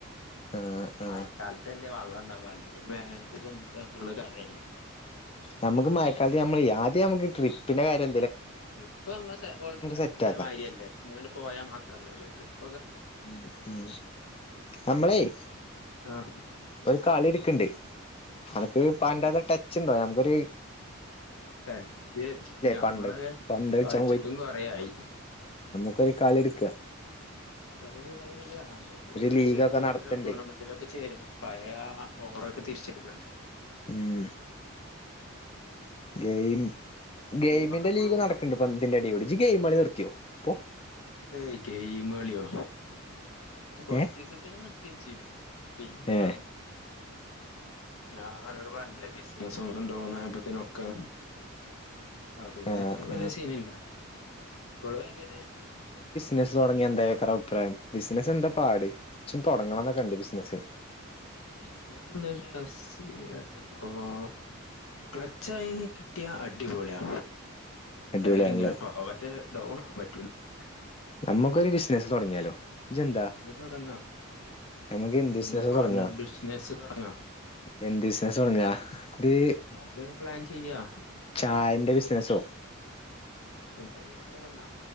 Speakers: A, on the left; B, on the left.
A: ആ ആ
B: മയക്കാലത്തല്ലേ വെള്ള ണ്ടാവാൺച്ചാ മേലേത്തത്ത് എന്ത്ത്താ ഫുള്ള് കാരല്ലേ
A: നമുക്ക് മയക്കാലത്ത് നമ്മള് ആദ്യം നമുക്ക് ട്രിപ്പിന്റെ കാര്യ
B: ട്രിപ്പ് നമ്മ ൾ ഓൾറെഡി സെറ്റ
A: സെറ്റ്
B: ആയ
A: ആക്കാം
B: മാര്യല്ലേ ഇഞങ്ങോട് പോയാ മാത്രമേല്ല ട്രിപ്പ്
A: ഉ ഉം നമ്മളെയ്
B: ഉം ആഹ്
A: കളി എടുക്കണ്ട് അനക്ക് പണ്ടത്തെ ടച്ച് ഉണ്ടോ ഞമക്കൊരു
B: ടച്ച് ഞമ്മളെക്കെ
A: പണ്ട് പന്ത് കളിച്ചാൻ
B: കളിച്ചിട്ടും കൊറേ യായി
A: ക്കെ കളിട്ക്ക
B: കലിഡിത് കളി ഡ് ത്ത് കാണ മുക്ക് എവിടേലും
A: ലീഗൊക്കെ
B: ഒരു ലീഗിലോ
A: നടത്തണ്ട്
B: ടൂർണമെന്റലോ ഒക്കെ ചേരാ ഒക്കെ തിരിച്ച്ട് ക്കാ ണ്ട്
A: ഉം ഗയിം ഗെയിമിന്റെ
B: ടീമൊക്കെ ഇപ്പളും
A: ലീഗ്
B: ഉണ്ടോ
A: നടക്ക്‌ ണ്ട് പന്തിന്റെ അടിയോടടി ഇജ് ഗെയിമ് കളിനി ത്യോ പോ
B: ഏയ് ഗയ്മളിയോ കൊറച്ചിസത്തിന്
A: ഏ
B: നിർത്തിവച്ചീന്നു വീണ്ടും
A: ഏ
B: തൊടങ്ങി ആഹ് അന്നൊടുപറഞ്ഞില്ലേ ബിസി <unintelligible> നൊ ഡൗൺ ആയപ്പത്തെനൊക്കെ ആ പിന്നെ
A: ആഹ്
B: പ്പോവല്യ
A: ആഹ്
B: സീനില്ല ഇപ്പോള്ങ്ങനെ
A: നസ്സ് തൊടങ്ങിയ എന്താ ക്കറെഅപ്രായം ബിസിനസ്സ് എന്താ പാട് ഇച്ചും തുടങ്ങണംന്നൊക്ക ണ്ട് ബിസിനസ്സ്
B: ബിസിന സ് <unintelligible> ക്ലച്ചായി കിട്ടിയ അടിപൊളിയാ
A: അടിപൊളിയാണല്ലേ
B: കയറിങ്ങനെപ്പോ പക്ഷെ ഡൗണ് ആവാൻ പത് <unintelligible>
A: ഞമ്മക്കൊരു ബിസ് നസ്സ് തൊടങ്ങിയാലോ. ഇജന്താ
B: നമുക്ക് തുടങ്ങാം
A: നമക്ക് എന്ത്
B: നമുക്ക്
A: ബിസ്നസാ
B: പാർട്ണർ
A: തൊടങ്ങാ
B: ബിസിനസ് തുടങ്ങാം
A: എന്ത് ബിസ്നസ തൊടങ്ങാ ഒരു
B: നമുക്ക് പ്ലാൻ ചെയ്യാ
A: ചായന്റെ ബിസ്നസോ.
B: മ്മക്ക് ന്തെലേക്കെ തൊടങ്ങാം